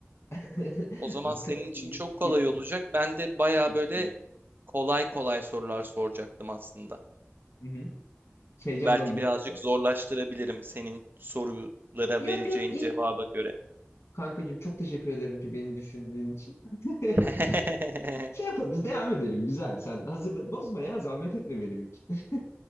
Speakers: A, on the left (about 80°); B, on the right (about 50°).
A: <laughs>
B: o zaman
A: bakalım
B: senin için
A: bilgilerim
B: çok kolay
A: yetecek.
B: olacak. Ben de baya
A: mi?
B: böyle kolay kolay sorular soracaktım aslında.
A: Hı hı. Heyecanlandım
B: Belki birazcık
A: hadi bakalım.
B: zorlaştırabilirim senin sorulara
A: Yok
B: vereceğin
A: yok iyi.
B: cevaba göre.
A: Kankacığım çok teşekkür ederim ki beni düşündüğün için. <laughs>
B: <laughs>
A: Şey yapalım biz devam edelim güzel. Sen hazırla bozma ya zahmet etme benim için. <laughs>